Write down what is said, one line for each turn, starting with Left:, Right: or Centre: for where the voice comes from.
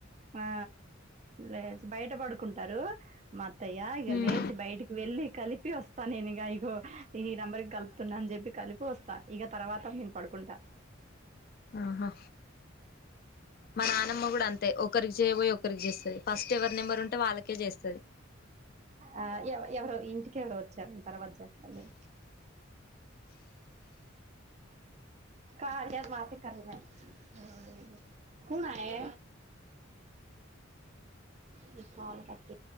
Right: ఆ లేదు బైట బడుకుంటారు మాత్తయ్యా ఇగ
Left: ఉమ్
Right: లేచి బైటికి వెళ్ళి కలిపి వస్తా నేనిగా ఇగొ ఈ నెంబర్ గలుప్ తున్నా అన్ జొప్పి కలిపి వస్తా ఇగ తర్వాత నేన్ పడుకుంటా
Left: ఆహా మా నానమ్మ గుడ అంతే ఒకరిక్ చేయబోయ్ ఒ కరికి జేస్తది ఫస్టు ఎవరి నెంబరుంటే వాళ్ళకే జేస్తది
Right: ఆ ఎవ్ ఎవరో ఇంటికెవరు వొచ్చార్ నేన్ తర్వాత్ జేస్తాన్ నేను కారదు మాత్ర క <unintelligible> కూనాయే ని క్వాంటాది